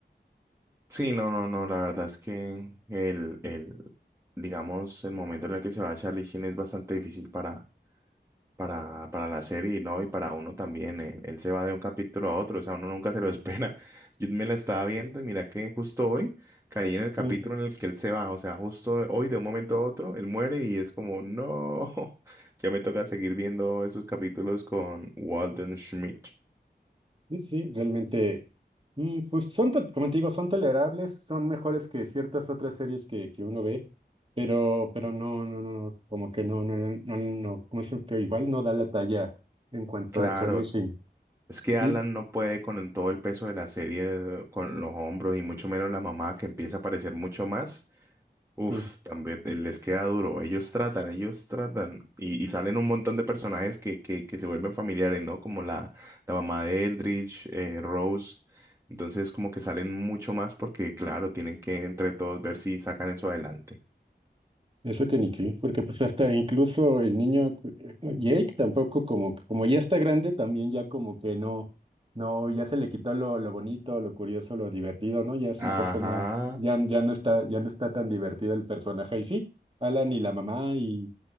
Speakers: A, on the right; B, on the right.
A: Sí, no, no, no, la verdad es que el, el, digamos, el momento en el que se va Charlie Sheen es bastante difícil para, para, para la serie y no, y para uno también. Él, él se va de un capítulo a otro, o sea, uno nunca se lo <laughs> espera. Yo me la estaba viendo y mira que justo hoy caí en el capítulo
B: Sí,
A: en el que él se va, o sea, justo hoy de un momento a otro, él muere y es como, no, <laughs> ya me toca seguir viendo esos capítulos con Walden Schmidt.
B: sí, sí, realmente. Mm, Pues son, to- como te digo, son tolerables, son mejores que ciertas otras series que, que uno ve, pero, pero no, no, no, como que no, no, no, no, no, como es que igual no da la talla en cuanto
A: Claro.
B: a Charlie Sheen.
A: Es que Alan
B: Y
A: no puede con el- todo el peso de la serie, eh, con los hombros y mucho menos la mamá que empieza a aparecer mucho más. Uf,
B: sí,
A: también eh, les queda duro. Ellos tratan, ellos tratan. Y, y salen un montón de personajes que, que, que se vuelven familiares, ¿no? Como la, la mamá de Eldridge, eh, Rose. Entonces, como que salen mucho más porque, claro, tienen que entre todos ver si sacan eso adelante.
B: eso que ni qué, porque pues hasta incluso el niño eh, Jake tampoco como, como ya está grande, también ya como que no, no, ya se le quitó lo, lo bonito, lo curioso, lo divertido, ¿no? Ya es
A: Ajá,
B: un poco más, ya, ya no está, ya no está tan divertido el personaje y sí. Alan y la mamá y